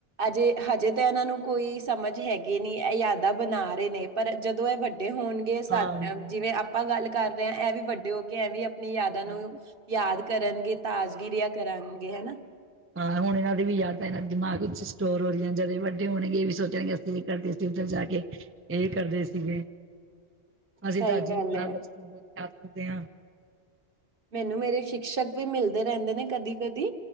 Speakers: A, on the right; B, on the right.
A: ਅਜੇ, ਹਜੇ ਤਾਂ ਇਹਨਾਂ ਨੂੰ ਕੋਈ ਸਮਝ ਹੈ ਕਿ ਨਹੀ, ਇਹ ਯਾਦਾਂ ਬਣਾ ਰਹੇ ਨੇ, ਪਰ ਜਦੋਂ ਇਹ ਵੱਡੇ ਹੋਣਗੇ ਸਾ,
B: ਹਾਂ
A: ਜਿਵੇਂ ਆਪਾ ਗੱਲ ਕਰ ਰਹੇ ਆਂ, ਐਵੀ ਵੱਡੇ ਹੋਕੇ ਐਂਵੀ ਆਪਣੀ ਯਾਦਾਂ ਨੂੰ
B: ਹਾਂਜੀ।
A: ਯਾਦ ਕਰਨਗੇ, ਤਾਜਗੀਰੀਆਂ ਕਰਨਗੇ, ਹੈਨਾ।
B: ਹਾਂ ਹੁਣ ਇਹਨਾਂ ਦੇ ਵੀ ਯਾਦ ਤਾਂ ਇਹਨਾਂ ਦਿਮਾਗ ਵਿੱਚ ਸਟੋਰ ਹੋ ਰਹੀਆਂ, ਜਦੋਂ ਏ ਵੱਡੇ ਹੋਣਗੇ ਇਹ ਵੀ ਸੋਚਣਗੇ ਅਸੀਂ ਇਹ ਕਰਦੇ ਤੇ ਉੱਧਰ ਜਾਕੇ, ਏ ਕਰਦੇ ਸੀਗੇ। ਅਸੀਂ
A: ਸਹੀ
B: ਤਾਂ ਅੱਜ
A: ਗੱਲ
B: ਵੀ ਅਪਣਾ
A: ਐ।
B: ਬਚਪਨ ਯਾਦ ਕਰਦੇ ਆਂ।
A: ਮੈਨੂੰ ਮੇਰੇ ਸ਼ਿਕਸ਼ਕ ਵੀ ਮਿਲਦੇ ਰਹਿੰਦੇ ਨੇ ਕਦੀ-ਕਦੀ,